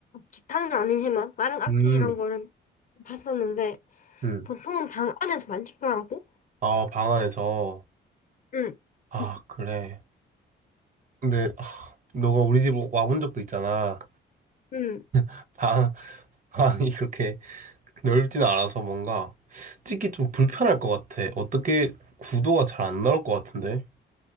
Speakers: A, on the left; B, on the right.
A: 기타는 아니지만 다른 악기
B: 음,
A: 이런 거는 봤었는데
B: 음.
A: 보통은 방 안에서만 찍더라고.
B: 아, 방 안에서.
A: 응,
B: 아,
A: 응,
B: 그래. 근데 너가 우리 집 와본 적도 있잖아.
A: 응.
B: <laughs> 방, 방이 그렇게 넓진 않아서 뭔가 찍기 좀 불편할 것 같아. 어떻게 구도가 잘 안 나올 것 같은데?